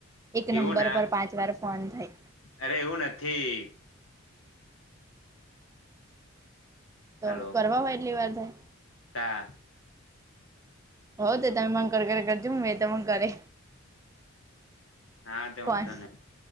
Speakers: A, on the right; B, on the left.
A: એક નંબર
B: એવું ના
A: પર પાંચ વાર જ ફોન થાય.
B: અરે એવું નથી. હલો
A: તો કરવા હોય એટલી વાર થાય.
B: તા
A: ઓય તે તમે મન કર કર કરજું મે તમ મં કરે
B: આ તેમ
A: ફોન
B: વાધોનઇ